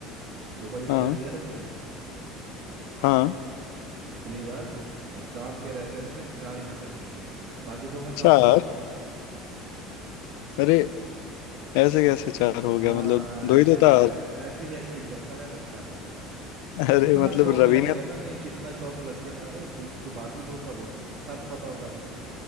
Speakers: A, on the right; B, on the left.
A: दो बार यूनिट
B: हाँ
A: टेस्ट दिया था तो तुमने
B: हाँ
A: पिछली बार एग्जाम के रहते मैंने चार यूनिट टेस्ट लिए हैं बाकी दो मैं कहाँ
B: चार
A: देता हूँ
B: अरे ऐसे कैसे चार हो
A: हाँ
B: गया मतलब दो
A: ऐ-
B: ही तो
A: ऐ-
B: था
A: ऐस- ऐसे ही एक्टिंग करता है बच्चा हमेशा
B: अरे
A: कितना
B: मतलब
A: शौक
B: रवि
A: लग
B: ने
A: गया ना नहीं कितना शौक लग गया ना अरे दो, दो बाकी दो कब हो सब पता होता है तुम्हें